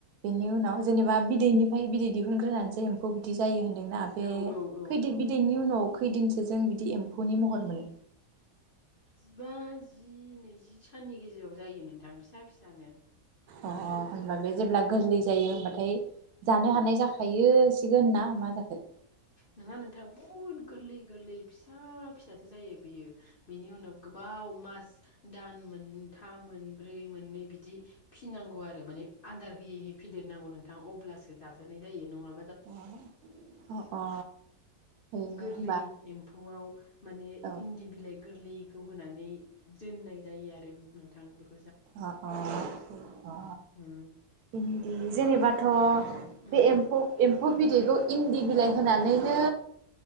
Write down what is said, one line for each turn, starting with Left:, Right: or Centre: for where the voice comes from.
Right: बेनि उनाव जेनेबा बिदैनिफ्राय बिदै दिहुनग्रोनानैसो एम्फौ बिदि जायो होन ना बे
Left: औ औ औ
Right: खैदिद
Left: औ
Right: बिदैनि उनाव खैदिनसो जों बिदि एम्फौनि महर मोनो
Left: जिबा जि नैजि साननि गेजेराव जायो नोंथां फिसा फिसानो
Right: अ अ होनबा बे जेब्ला गोरलै जायो होनबाथाय जानो
Left: उम
Right: हानाय जाखायो। सिगोन ना मा जाखो?
Left: नोंङा नोंथां बहुद गोरलै गोरलै फिसा फिसासो जायो बेयो बेनि उनाव गोबाव मास दान मोनथाम मोनब्रै मोननै बिदि फिनांगौ आरो माने आदार होयै होयै फिदेरनांगौ नोंथां अब्लासो जाजानाय जायो नङा
Right: अ अ अ। ओरैनो
Left: गोरलै
Right: होनबा
Left: एम्फौआव माने
Right: औ
Left: इन्दि बिलाइ गोरलैखौ होनानै दोननाय जायो आरो नोंथां बे
Right: अ अ अ अ
Left: उम
Right: इन्दि जेनेबाथ'
Left: उम
Right: बे एम्फौ एम्फौ बिदैखौ इन्दि बिलाइ होनानैनो